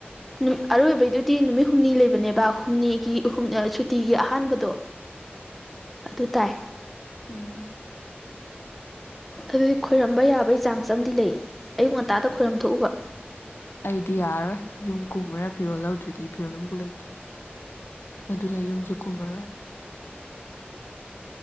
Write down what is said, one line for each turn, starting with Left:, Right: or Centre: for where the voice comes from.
Centre: ꯅꯨꯠ ꯑꯔꯣꯏꯕꯩꯗꯨꯗꯤ ꯅꯨꯃꯤꯠ ꯍꯨꯝꯅꯤ ꯂꯩꯕꯅꯦꯕ ꯍꯨꯝꯅꯤꯒꯤꯨꯝ ꯁꯨꯇꯤꯒꯤ ꯑꯍꯥꯟꯕꯗꯣ
Left: ꯎꯝ
Centre: ꯑꯗꯨ ꯇꯥꯏ
Left: ꯎꯝ
Centre: ꯑꯗꯨꯗꯤ ꯈꯣꯏꯔꯝꯕ ꯌꯥꯕꯒꯤ ꯆꯥꯡꯁ ꯑꯃꯗꯤ ꯂꯩ ꯑꯌꯨꯛ ꯉꯟꯇꯥꯗ ꯈꯣꯏꯔꯝ ꯊꯣꯛꯣꯛꯎꯕ
Left: ꯑꯩꯗꯤ ꯌꯥꯔꯔꯣꯏ ꯌꯨꯝ ꯀꯨꯝꯃꯨꯔꯒꯥ ꯐꯤꯔꯣꯜ ꯂꯧꯗ꯭ꯔꯗꯤ ꯐꯤꯔꯣꯜ ꯑꯃꯝꯐꯛ ꯂꯩꯇꯦ ꯑꯗꯨꯅ ꯌꯨꯝꯁꯨ ꯀꯨꯝꯃꯔꯣꯏ